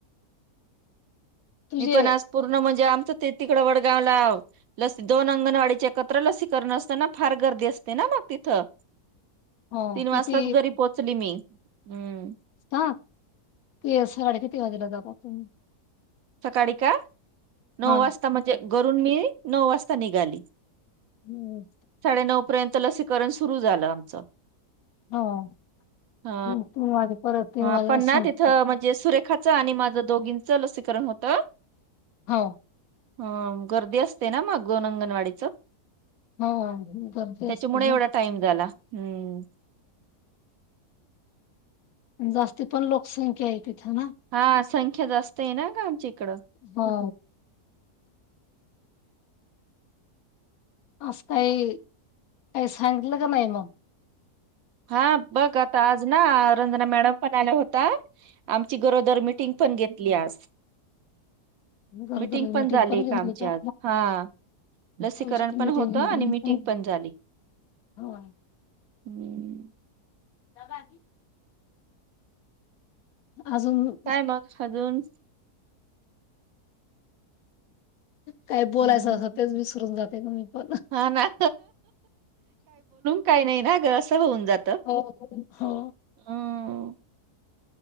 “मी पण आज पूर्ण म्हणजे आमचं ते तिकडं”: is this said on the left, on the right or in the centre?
Right